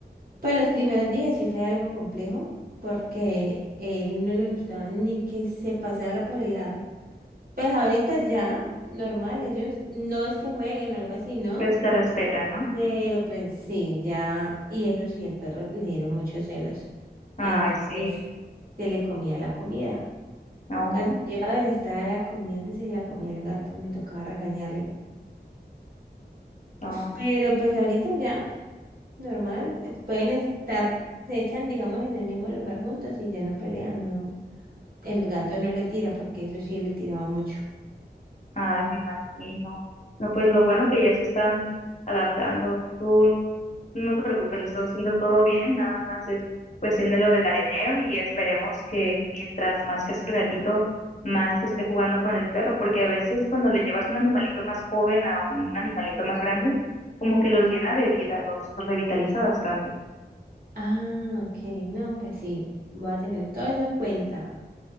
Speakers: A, on the right; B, on the left.
A: Pues los primeros días sí fue algo complejo porque él no le gustaba ni que se pasara por el lado. Pues ahorita ya, normal, ellos no es que jueguen o algo así, ¿no?
B: Pues te respetan, ¿no?
A: Pero pues sí, ya, y eso sí, el perro le dieron muchos celos.
B: Ay,
A: Entonces
B: sí.
A: se le comía la comida.
B: No,
A: Cuando yo a ver, estaba era comiendo y se la comía el gato, me tocaba regañarlo.
B: no.
A: Pero pues ahorita ya, normal, es- pueden estar, se echan, digamos, en el mismo lugar juntos y ya no pelean, no. El gato no le tira porque eso sí le tiraba mucho.
B: Ay, me imagino. No, pues lo bueno que ya se están adaptando. ¿Tú No te preocupes, lo estás haciendo todo bien, nada más es cuestión de lo del arenero y esperemos que mientras más crezca el gatito, más esté jugando con el perro, porque a veces cuando le llevas un animalito más joven a un animalito más grande, como que los llena de vida, los, los revitaliza bastante.
A: Ah, ok, no, pues sí, voy a tener todo eso en cuenta,